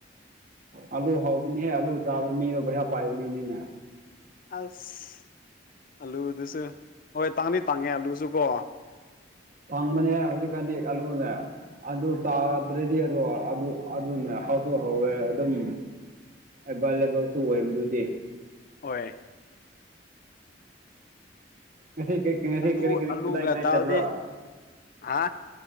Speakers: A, on the right (about 45°); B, on the left (about 50°).
A: ꯑꯥꯂꯨ ꯍꯧꯕꯅꯤꯍꯦ ꯑꯂꯨ ꯇꯥꯕ ꯃꯤꯗꯣ ꯄꯩꯁꯥ ꯄꯥꯏꯕ ꯃꯤꯅꯤꯅꯦ
B: ꯑꯜꯁ ꯑꯂꯨꯗꯨꯁꯨ ꯍꯣꯏ ꯇꯥꯡꯗꯤ ꯇꯥꯡꯉꯦ ꯑꯂꯨꯁꯨꯀꯣ
A: ꯐꯪꯕꯅꯦ ꯍꯧꯖꯤꯛꯀꯥꯟꯗꯤ ꯑꯥꯂꯨꯅꯦ ꯑꯗꯨ ꯆꯥꯔꯗ꯭ꯔꯗꯤ ꯑꯗꯣ ꯑꯗꯨ ꯑꯗꯨ ꯍꯧꯁꯨ ꯍꯧꯋꯦ ꯑꯗꯨꯝ ꯑꯦꯕꯥꯏꯂꯦꯕꯜꯁꯨ ꯑꯣꯏꯕꯗꯨꯗꯤ
B: ꯑꯣꯏ
A: ꯉ ꯉꯁꯤ
B: ꯑꯂꯨ
A: ꯀꯔꯤ ꯀꯔꯤ
B: ꯑꯂꯨꯒ
A: ꯀꯗꯥꯏ ꯀꯗꯥꯏ
B: ꯗꯥꯜꯗꯤ
A: ꯆꯠꯄ꯭ꯔ
B: ꯍꯥ